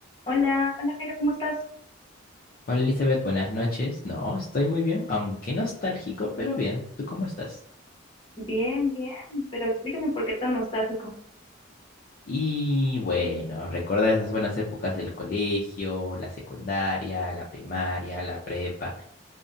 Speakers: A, on the left; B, on the left.
A: Hola, hola Jairo, ¿cómo estás?
B: Hola Elizabeth, buenas noches. No, estoy muy bien, aunque nostálgico, pero bien. ¿Tú cómo estás?
A: Bien, bien, pero explícame por qué tan nostálgico.
B: Y bueno, recordar esas buenas épocas del colegio, la secundaria, la primaria, la prepa.